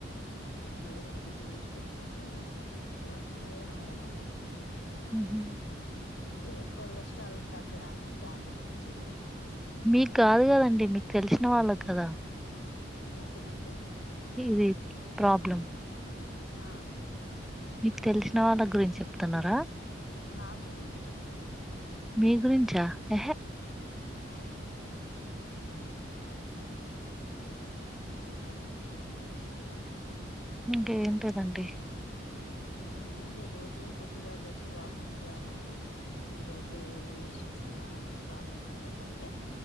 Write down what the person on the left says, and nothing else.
ఇగ మేడం కి చూయించుకొచ్చుకుంటే సెవెంటీ ఫైవే వాడ మన్నది
ఈ కొలెస్ట్రాల్ తగ్గడానికి టాబ్లెట్స్ ఇచ్చిరు
ఏంటిదండి
ఆ
నా గురించి చెప్తున్నాన
అవునండి చెప్పండి ఇంక
ఊ ఏ ఎం లే రోజు పొద్దుగా లేసి వాకింగ్ చేయాలండి ఈ హెల్త్ లు ఇష్యూస్ ఇలాంటి ప్రాబ్లమ్స్ ఉండదంటే